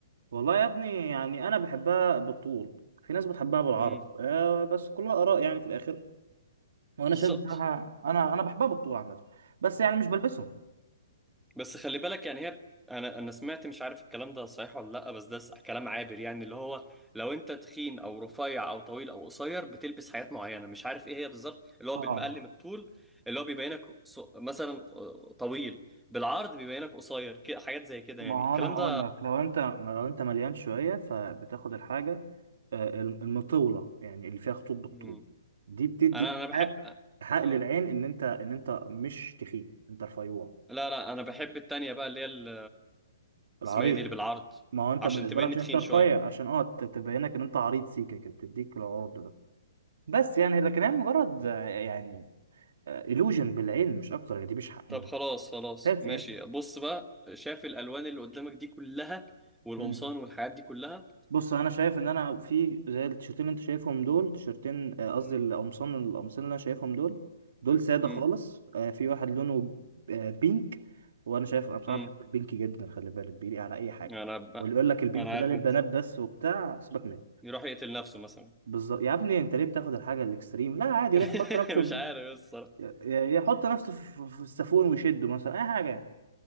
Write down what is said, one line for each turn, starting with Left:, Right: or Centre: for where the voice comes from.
Right: والله يا ابني يعني انا بحبها بالطول في ناس بتحبها بالعرض
Centre: امم
Right: أه بس كلها اراء يعني في الاخر وانا
Centre: بالظبط
Right: شايف بصراحه انا انا بحبها بالطول عامه بس يعني مش بلبسهم
Centre: بس خلي بالك يعني هي انا انا سمعت مش عارف الكلام ده صحيح ولا لا بس ده س- كلام عابر يعني اللي هو لو انت تخين او رفيع او طويل او قصير بتلبس حاجات معينه مش عارف ايه هي بالظبط اللي هو
Right: اه
Centre: بالمقلم الطول اللي هو بيبينك ص- مثلا آه، طويل بالعرض بيبينك قصير كده حاجات زي كده
Right: ما
Centre: يعني الكلام
Right: هو انا هقول
Centre: ده
Right: لك لو انت لو انت مليان شويه فبتاخد الحاجه آه، المطوله يعني اللي فيها خطوط بالطول
Centre: مم.
Right: دي بتدي
Centre: انا انا بحب
Right: حق حق
Centre: اه
Right: للعين ان انت ان انت مش تخين انت رفيوع
Centre: لا لا انا بحب التانية بقى اللي هي ال-
Right: العريض
Centre: اسمها ايه دي اللي بالعرض
Right: ما هو انت
Centre: عشان
Right: بالنسبه
Centre: تبيني
Right: لك عشان
Centre: تخين
Right: انت رفيع
Centre: شويه
Right: عشان اه ت- تبينك ان انت عريض سيكه كده بتديك العرض ده بس يعني لكن هي مجرد آه، يعني آه، illusion بالعين مش اكتر يعني دي مش حق
Centre: طب
Right: مش
Centre: خلاص خلاص
Right: اساسي
Centre: ماشي بص بقى شاف الالوان اللي قدامك دي كلها والقمصان
Right: يعني
Centre: والحاجات دي كلها
Right: بص انا شايف ان انا في زي التيشيرتين اللي انت شايفهم دول تيشيرتين آه، قصدي
Centre: مم.
Right: القمصان القمصان اللي انا شايفهم دول دول ساده
Centre: مم.
Right: خالص آه، في واحد لونه آه، بينك وانا شايف انا بصراحه
Centre: مم.
Right: بحب البينك جدا خلي بالك بيليق على اي حاجه
Centre: انا بقى
Right: واللي يقول لك البينك
Centre: انا عارف
Right: ده للبنات
Centre: انت
Right: بس وبتاع سيبك منه
Centre: يروح يقتل نفسه مثلا
Right: بالظبط يا ابني انت ليه بتاخد الحاجه الاكستريم لا عادي يروح
Centre: <laughs>
Right: يحط نفسه
Centre: مش
Right: في-
Centre: عارف بس الصراحه
Right: ي- يحط نفسه في في- في السافون ويشده مثلا اي حاجه يعني.